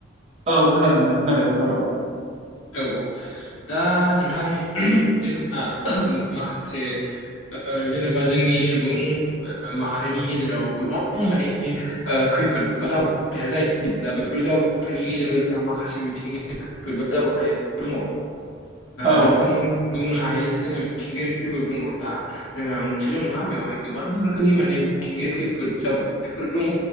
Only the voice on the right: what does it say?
औ खोनादों नोंथां खोनादों बेबाराव।
औ